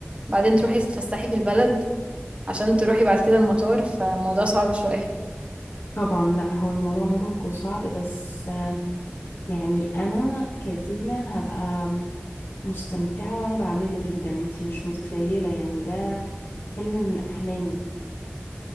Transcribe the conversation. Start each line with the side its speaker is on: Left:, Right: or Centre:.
Right: بعدين تروحي تتفسحي في البلد عشان تروحي بعد كده المطار فالموضوع صعب شوية
Left: طبعا لا هو الموضوع مرهق وصعب بس آه، يعني انا كدينا هبقى مستمتعه وانا بعمله جدا انتي مش متخيله يعني ده حلم من احلامي